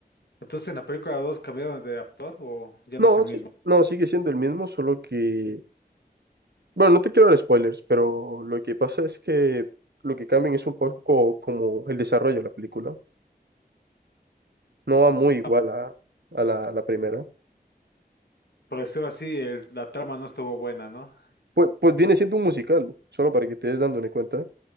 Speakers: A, on the left (about 85°); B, on the right (about 80°).
A: entonces ¿en la película 2 cambiaron de actor o ya
B: No,
A: no es el mismo?
B: sí, no, sigue siendo el mismo, solo que... Bueno, no te quiero dar spoilers, pero lo que pasa es que lo que cambian es un poco como el desarrollo de la película. No va muy igual
A: Ah,
B: a, a la, a la primera.
A: Por decirlo así, el- la trama no estuvo buena, ¿no?
B: Pues, pues viene siendo un musical, solo para que te des dando una cuenta.